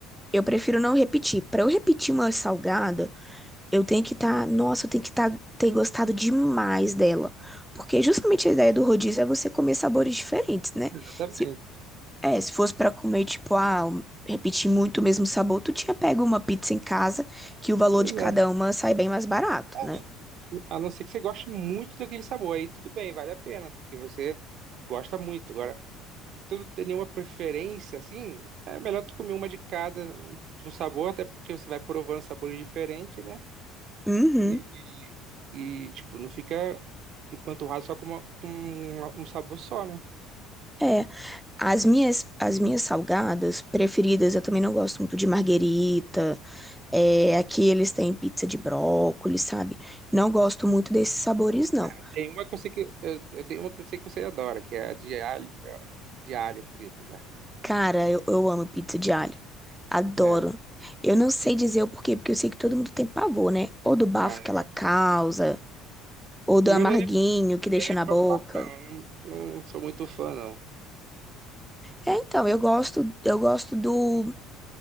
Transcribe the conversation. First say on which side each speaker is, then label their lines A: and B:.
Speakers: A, in the centre; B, on the right.
A: Eu prefiro não repetir. Pra eu repetir uma salgada, eu tenho que estar, nossa, eu tenho que tá, ter gostado demais dela. Porque justamente a ideia do rodízio é você comer sabores diferentes, né?
B: Exatamente.
A: Se- É, se fosse pra comer, tipo, ah, repetir muito o mesmo sabor, tu tinha pego uma pizza em casa, que o valor
B: Pois
A: de cada
B: é.
A: uma sai bem mais barato,
B: É,
A: né?
B: a não ser que você goste muito daquele sabor, aí tudo bem, vale a pena, porque você gosta muito. Agora, se tu não tem nenhuma preferência, assim, é melhor tu comer uma de cada um um sabor, até porque você vai provando sabores diferentes, né?
A: Uhum.
B: E, e, tipo, não fica empanturrado só com, uma- com uma- um sabor só, né?
A: É, as minhas, as minhas salgadas preferidas, eu também não gosto muito de marguerita. É, aqui eles têm pizza de brócolis, sabe? Não gosto muito desses sabores, não.
B: Ah, tem uma que eu sei que eu, eu tenho uma que eu sei que você adora, que é a de alho, de alho frito, né?
A: Cara, eu, eu amo pizza de alho. Adoro.
B: É.
A: Eu não sei dizer o porquê, porque eu sei que todo mundo tem pavor, né? Ou do bafo
B: Ah,
A: que
B: eu-
A: ela causa, ou do
B: o meu
A: amarguinho
B: não é, nem-
A: que
B: o
A: deixa
B: meu não é
A: na
B: por
A: boca.
B: causa do bafo, não. Eu Não, não sou muito fã, não.
A: É, então, eu gosto, eu gosto do